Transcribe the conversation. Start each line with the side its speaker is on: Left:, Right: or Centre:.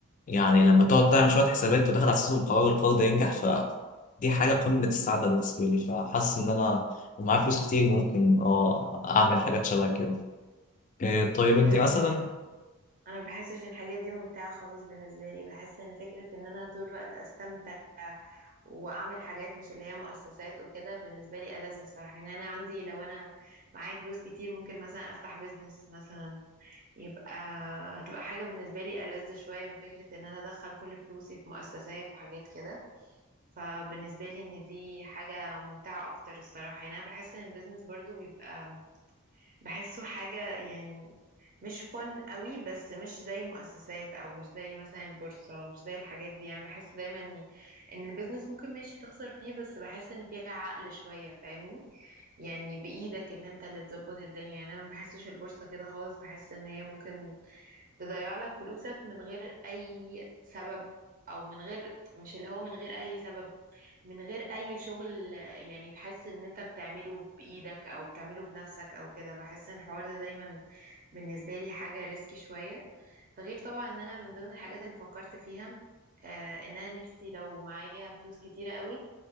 Left: يعني لما تقعد تعمل شويه حسابات وتاخد على اساسهم قرار القرار ده ينجح فدي حاجه قمه السعاده بالنسبه لي فحاسس ان انا ومعايا فلوس كتير ممكن اه اعمل حاجات شبه كده إيه، طيب انت
Right: لا
Left: مثلا
Right: الصراحة انا ما بحسش ان الحاجات دي ممتعه خالص بالنسبه لي بحس ان فكره ان انا طول الوقت استمتع واعمل حاجات مش اللي هي مؤسسات وكده بالنسبه لي ألذ الصراحه يعني انا عندي لو انا معايا فلوس كتير ممكن مثلا افتح بيزنس مثلا يبقى تبقى حاجه بالنسبه لي ألذ شويه من فكره ان انا ادخل كل فلوسي في مؤسسات وحاجات كده فبالنسبه لي ان دي حاجه ممتعه اكتر الصراحه يعني انا بحس ان البيزنس برضو بيبقى بحسه حاجة يعني مش فن قوي بس مش زي المؤسسات او مش زي مثلا البورصة مش زي الحاجات دي يعني بحس دايما ان إن البيزنس ممكن ماشي تخسر فيه بس بحس ان فيها عقل شوية فاهمني يعني بايدك ان انت اللي تظبط الدنيا يعني انا ما بحسش البورصة كده خالص بحس ان هي ممكن تضيع لك فلوسك من غير اي سبب او من غير مش اللي هو من غير اي سبب من غير اي شغل آه، يعني تحس ان انت بتعمله بايدك او بتعمله بنفسك او كده بحس ان الحوار ده دايما بالنسبة لي حاجة ريسكي شوية ده غير طبعا ان انا من ضمن الحاجات اللي فكرت فيها آه، ان انا نفسي لو معايا فلوس كتيرة قوي